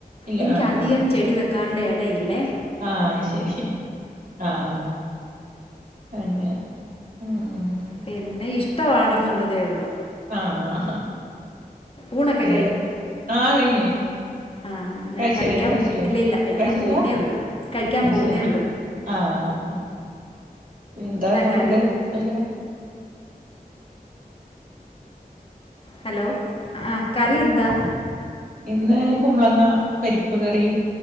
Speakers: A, on the right; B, on the left.
A: ഇല്ല
B: എനിക്ക്
A: ആഹ്
B: അധികം
A: ആഹ്
B: ചെടി വെക്കാനുള്ള എടയില്ലേ
A: ആഹ് അയ്ശരി ആഹ് ആഹ് അങ്ങനെ ഉം
B: പിന്നെ ഇഷ്ടവാണെന്നുള്ളതേ
A: പി
B: ഉള്ളൂ
A: ആഹ് ആഹ് -
B: ഊണൊക്കെ
A: അതിനോട് കു ആഹ് കഴിഞ്ഞേ-
B: ആഹ് ഞാൻ
A: കഴിച്ചില്ലേ
B: കഴിക്കാൻ
A: നിങ്ങൾ കഴിച്ചില്ലേ
B: ഇല്ലില്ല കഴിക്കാൻ
A: ആ കഴിച്ചില്ല
B: പോവുന്നേയുള്ളൂ കഴിക്കാൻ
A: അത്
B: പോകുന്നേയൊള്ളൂ
A: ശരി ആഹ് എന്താന്ന്
B: കറി?
A: ഫുഡ് സ്പെഷ്യല്
B: ഹലോ ആഹ് കറി എന്താ
A: ഇന്ന് കുമ്പളങ്ങ പരിപ്പ് കറി